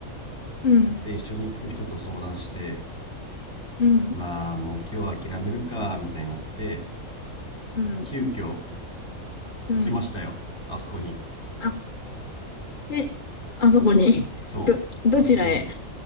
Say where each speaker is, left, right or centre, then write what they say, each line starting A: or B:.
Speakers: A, on the left; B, on the left.
A: うん。
B: で、一緒に行く人と相談して、
A: うん。
B: まあ、もう今日は諦めるか、みたいになって、
A: うん。
B: 急遽
A: うん。
B: 行きましたよ。あそこに。
A: あ、で、あそこに。
B: そう、
A: ど、どちらへ
B: あそこに。